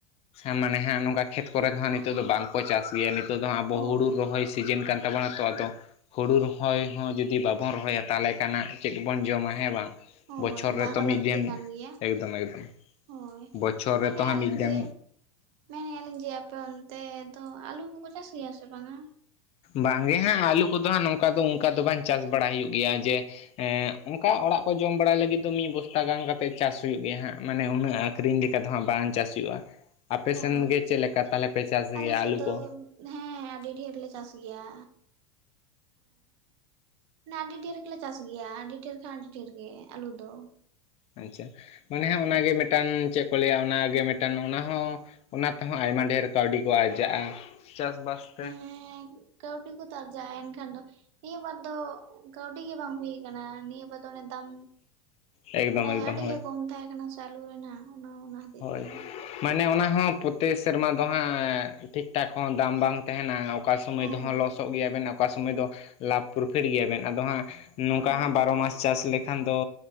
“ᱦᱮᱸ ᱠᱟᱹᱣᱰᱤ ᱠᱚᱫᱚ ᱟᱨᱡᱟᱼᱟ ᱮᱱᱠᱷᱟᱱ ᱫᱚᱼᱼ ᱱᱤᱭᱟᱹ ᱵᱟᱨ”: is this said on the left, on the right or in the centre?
Right